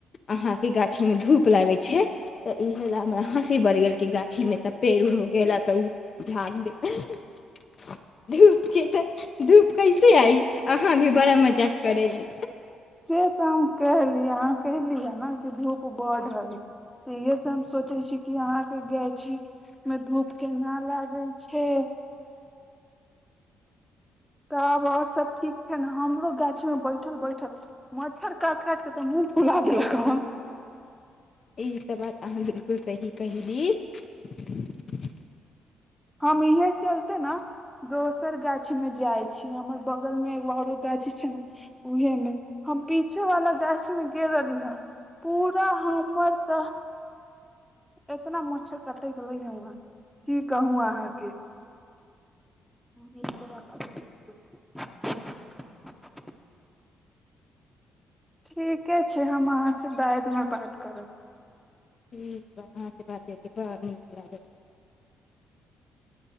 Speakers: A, on the left; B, in the centre.
A: अहाके गाछी मे धूप लागे छै तऽ इ हेल हँसी बड़ गेल गाछी मे तऽ पेड़ उड़ हो गेला तऽ झड़ धूपके तऽ धूप कैसे आइ अहाँ भी बड़ा मजाक करैली
B: से तऽ हम कहली अहाँ कली हे ने कि धूप बड हय त इहे से हम सोचे छी कि अहाँ के गाछी मे धूप केना लागय छै तब आओर सब ठीक छै ने हमरो गाछ मे बैठल बैठल मच्छर काटि काट के तऽ मुूँह फुला देलक हँ
A: ई त बात अहाँ बिलकुल सही कहहिली
B: हम इहे चलते न दोस सर गाछ में जाइ छी हमर बगल मे एगो औरो गाछ छै ने उहे मे हम पीछे वाला गाछ मे गेल रहली हे पूरा हमर तऽ इतना मच्छर कटैत रहले ह की कहू अहाँके ह बात ठीके छै हम अहाँसँ बादमे बात करब
A: ठीक ह अहाँसँ बातयतै बड़ नीक लागत